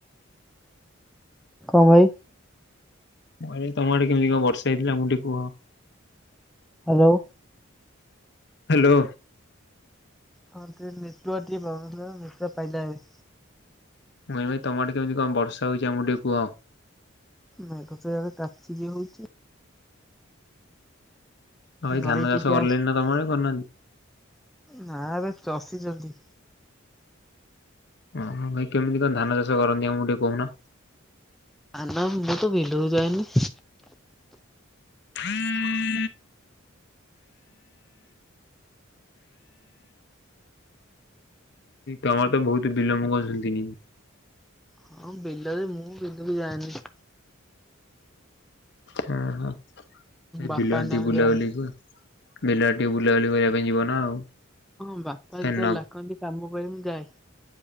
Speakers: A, in the centre; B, on the left.
A: କଣ ଭାଇ?
B: ତମ ଆଡେ କେମିତି କଣ ବର୍ଷା ହେଇଥିଲା ଆମକୁ ଟିକେ କୁହ।
A: ହ୍ୟାଲୋ।
B: ହ୍ୟାଲୋ।
A: ହଁ ଟିକେ ନେଟୱାର୍କ ପ୍ରବ୍ଲେମ ଥିଲାତ ନେଟୱାର୍କ ପାଇଲାଣି।
B: ମୁଇଁ ଭାଇ ତମରେ ଆଡ଼େ କେମିତି କଣ ବର୍ଷ ହଉଛି ଆମକୁ ଟିକେ କୁହ।
A: ମେଘ ତ ଇଆଡ଼େ କଚିକି ହଉଛି।
B: ହ ଏଇ
A: ନଈ
B: ଧାନ ଚାଷ
A: ଟିକେ
B: କରଲେଣି
A: ଆସ
B: ନା ତମ ଆଡ଼େ କରିନାହାନ୍ତି।
A: ନା ଏବେ ଚଷିଚନ୍ତି।
B: ଓହ ଭାଇ କେମିତି କଣ ଧାନ ଚାଷ କରନ୍ତି ଆମକୁ ଟିକେ କହୁନ।
A: ଧାନ ମୁଁ ତ ବିଲକୁ ଯାଏନି।
B: ହଁ ତମର ତ ବହୁତ ବିଲ ମୁ କଣ ଶୁଣିଥୁଲି।
A: ହଁ ବିଲରେ ମୁଁ ବିଲକୁ ଯାଏନି।
B: ହଁ ହଁ ଏ
A: ବାପା
B: ବିଲ ଆଡେ
A: ନା
B: ଟିକ ବୁଲାବୁଲି
A: ଯାଆନ୍ତି।
B: କୁହ। ବିଲ ଆଡ଼େ ଟିକେ ବୁଲାବୁଲି କରିବା ପାଇଁ ଯିବ ନା ଆଉ।
A: ହଁ ବାପା ଯେତେବେଳେ
B: ଏ ନ
A: ଡାକନ୍ତି କାମ ପାଇଁ ମୁ ଯାଏ।